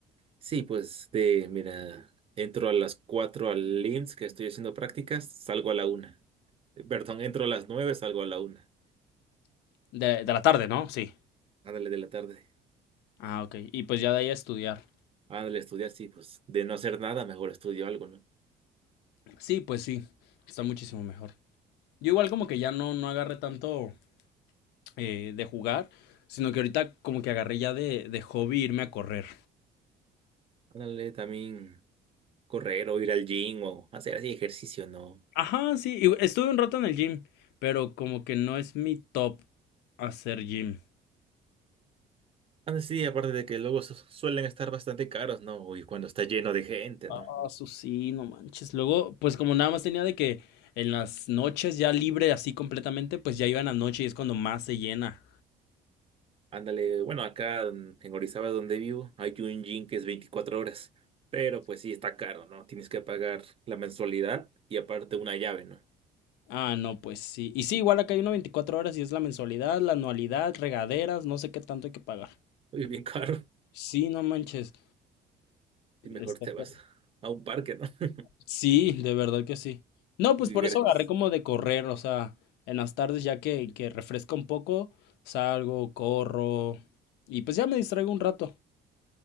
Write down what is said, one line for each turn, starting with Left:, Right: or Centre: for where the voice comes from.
Right: Sí, pues de, mira, entro a las 4 al IMSS que estoy haciendo prácticas, salgo a la 1. Perdón, entro a las nueve salgo a la una
Left: De, de la tarde, ¿no? Sí.
Right: Ándale de la tarde.
Left: Ah, ok. Y pues ya de ahí a estudiar.
Right: Ándale, estudiar, sí, pues de no hacer nada, mejor estudio algo, ¿no?
Left: Sí, pues sí. Está muchísimo mejor. Yo igual como que ya no, no agarré tanto eh, de jugar, sino que ahorita como que agarré ya de, de hobby irme a correr.
Right: Ándale, también correr o ir al gym o hacer así ejercicio, ¿no?
Left: Ajá, sí. y Estuve un rato en el gym, pero como que no es mi top hacer gym.
Right: Ándale, sí, aparte de que luego su- suelen estar bastante caros, ¿no? Y cuando está lleno de gente,
Left: Ah,
Right: ¿no?
Left: eso sí, no manches. Luego, pues como nada más tenía de que en las noches ya libre así completamente, pues ya iba en la noche y es cuando más se llena.
Right: Ándale, bueno, acá mm, en Orizaba, donde vivo, hay un gym que es 24 horas, pero pues sí, está caro, ¿no? Tienes que pagar la mensualidad y aparte una llave, ¿no?
Left: Ah, no, pues sí. Y sí, igual acá hay una 24 horas y es la mensualidad, la anualidad, regaderas, no sé qué tanto hay que pagar.
Right: <laughs> Y bien caro,
Left: Sí, no manches.
Right: y mejor
Left: está
Right: te
Left: ca-
Right: vas a un parque, ¿no? <laughs>
Left: Sí, de verdad que sí. No,
Right: Y
Left: pues por
Right: gratis.
Left: eso agarré como de correr, o sea, en las tardes ya que, que refresca un poco, salgo, corro y pues ya me distraigo un rato.